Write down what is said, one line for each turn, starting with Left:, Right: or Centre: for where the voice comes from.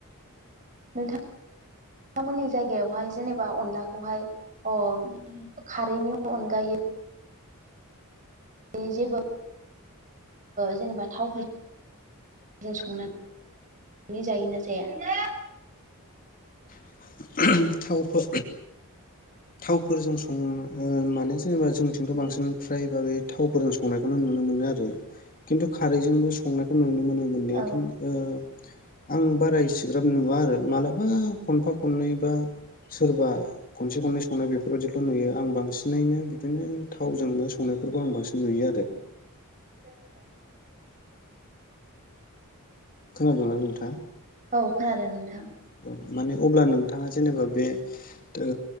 Right: नोंथां नोंथांमोननि जायगायावहाय जेनेबा अनलाखौहाय ओ खारैनि अनगायै बे जेबो जेनेबा थावफोर जों संनानै संनाय जायोना जाया?
Left: <unintelligible> थावबो। थावफोरजों सं माने जेनेबा जोंथिंथ' बांसिन फ्राय बागै थावफोरजों संनायखौ नुनो मोनो। आरो खिन्थु खारैजोंबो संनायखौ नुनो मोनो मोननाया
Right: औ
Left: खिन्थु आंङो बारा एसेग्राब नुवा आरो मालाबा खनफा खननै बा। सोरबा खनसे खननै संनाय बेफोरबायाददिखौल' नुयो आं बांसिनैनो बिदिनो थावजोंनो संनाय बेफोरखौ आं बांसिन नुयो आरो।
Right: <inaudible>
Left: खोनादोंना नोंथाङा?
Right: औ खोनादों नोंथां
Left: औ माने अब्ला नोंथाङा जेनेबा बे ओ